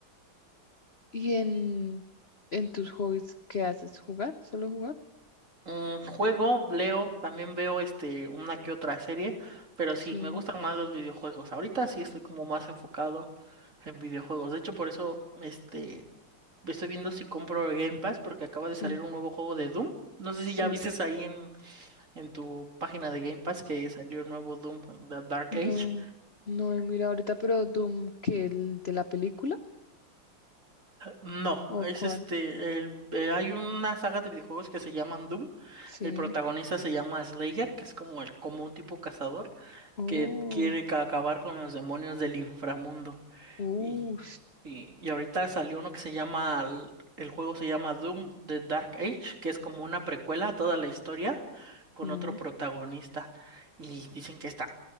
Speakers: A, on the left; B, on the right.
A: ¿Y en, en tus hobbies qué haces? ¿Jugar? ¿Solo jugar?
B: Mm, juego, leo, también veo este, una que otra serie, pero sí,
A: Sí,
B: me gustan más los videojuegos. Ahorita sí estoy como más enfocado en videojuegos. De hecho, por eso este, estoy viendo si compro Game Pass porque acaba de
A: sí,
B: salir un nuevo juego de Doom. No sé
A: sí.
B: si ya viste ahí en, en tu página de Game Pass que salió el nuevo Doom, The Dark
A: No,
B: Age.
A: no he mirado ahorita, pero Doom, que el de la película?
B: No,
A: ¿O
B: es
A: cuál?
B: este, el- eh, hay una saga de videojuegos que se llaman Doom.
A: Sí.
B: El protagonista se llama Slayer, que es como el, como un tipo cazador
A: Oh,
B: que quiere ca- acabar con los demonios del inframundo.
A: uh,
B: Y, y, y ahorita salió uno que se llama, el el juego se llama Doom, The Dark Age, que es como una precuela a toda la historia con
A: sí.
B: otro protagonista. Y dicen que está